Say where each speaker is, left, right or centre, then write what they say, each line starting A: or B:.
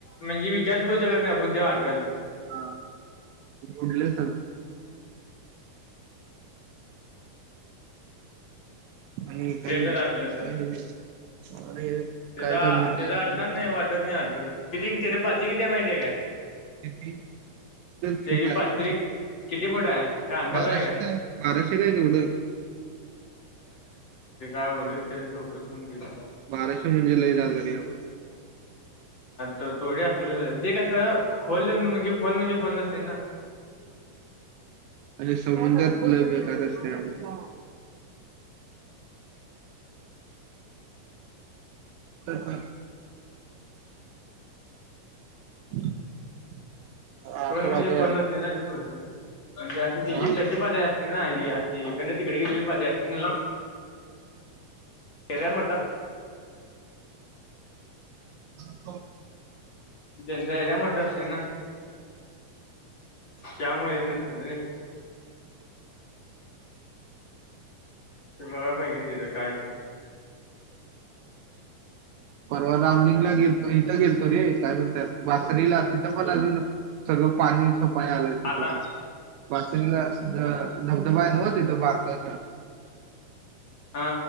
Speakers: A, on the left; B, on the right.
A: म्हणजे वि <inaudible>
B: हा उडले सग आणि काही
A: ते तर आटलं ग
B: अरे
A: तर
B: काय
A: तेचा
B: म्हणून
A: तेचा अटणार नाही वाटत नाही आटत किती तेच्या पाती किती ्या माहिती आहे का
B: किती तूट
A: त्याची पातळी
B: आहे
A: किती फुट आहे काय अंदाज
B: बाराशे
A: आहे
B: काय बाराशे काय केवढं
A: आवडरी चौकशीणून गेली
B: बाराशे म्हणजे लय झालं रे बाबा
A: तर तोडे असले ते कसं खोल म्हणजे खोल म्हणजे खोल नसते ना
B: आणि समुद्रात लय बेकार असतय बाबा हम हम <inaudible> <unintelligible> आठ
A: खोल म्हणजे
B: वाजे
A: खोल
B: आलं
A: नसते ना ते बरोबर म्हणजे अशी त्यांची
B: हा
A: कशी पातळी असते ना ही अशी गण तिकडे गेलेली पातळी अस <inaudible> ते का्य मोठा
B: ह
A: त्याचा एरिया मोठा असतोय ना. त्यामुळं येेत नसतील रे. तुला काय पाहिजे त्याच काय <inaudible>
B: परवा दमलिंगला गेलतो इथं गेलतो रे. काय म्हणताय बासरीला. तिथं पण अजून सगळं पाणी पायाला तिथ
A: आता
B: बासरीला बासरीला ध धबधबा आहे नव तिथ बारकचा
A: हा